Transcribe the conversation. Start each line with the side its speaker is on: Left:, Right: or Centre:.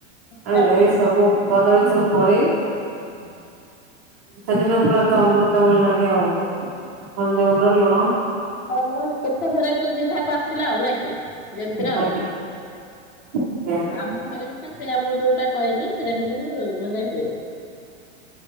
Left: ହଁ
Right: ଆଉ ଏ
Left: ନାଇଁ
Right: ସବୁ କଦଳୀ ସବୁ ପଳେଇ।
Left: <inaudible>
Right: ସେଦିନ ପୁରା ତ ଅମୃତଭଳି ଲାଗେ ଆଉ ହଲଦି ଗୁଣ୍ଡ ଲୁଣ।
Left: ଫଳମୂଳ କେତେ ଭେରାଇଟିର ଯେ ଯାହାକୁ ଆସିଥିଲା ଆଉ ନାଇଁ କି। ଯେମିତିରେ ଆଉ
Right: ଆଜ୍ଞା ଆଜ୍ଞା।
Left: ନା ମ। ଘରେ ବି ତ ସେଇଆ ମୁଁ ଯୋଉଟା କହିଲି ସେଟା କିନ୍ତୁ ମାନେ ହୁଏ।